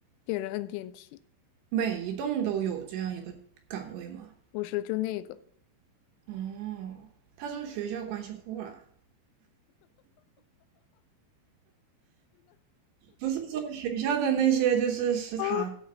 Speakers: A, on the left (about 85°); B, on the right (about 75°).
A: 给人摁电梯，
B: 每一栋都有这样一个岗位吗？
A: 不是就那个。
B: 哦，他是不是学校关系户啊，不是说学校的那些就是食堂
A: 哦，